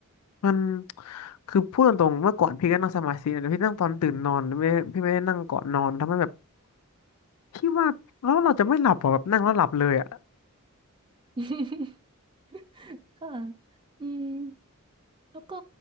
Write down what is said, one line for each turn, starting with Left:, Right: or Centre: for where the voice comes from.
Left: มันคือพูดตรงๆเมื่อก่อนพี่ก็นั่งสมาธินะแต่พี่นั่งตอนตื่นนอนไม่พี่ไม่ได้นั่งก่อนนอนทำให้แบบพี่ว่าแล้วเราจะไม่หลับหรอแบบนั่งแล้วหลับเลยอ่ะ
Right: <laughs> ค่ะอืมแล้วก็